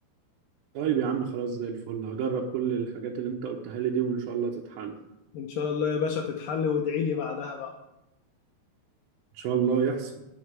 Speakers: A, on the right (about 75°); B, on the left (about 80°).
A: طيب يا عم خلاص زي الفل هجرب كل الحاجات اللي انت قلتها لي دي وان شاء الله تتحل
B: ان شاء الله يا باشا تتحل وادعي لي بعدها بقى
A: ان شاء الله يحصل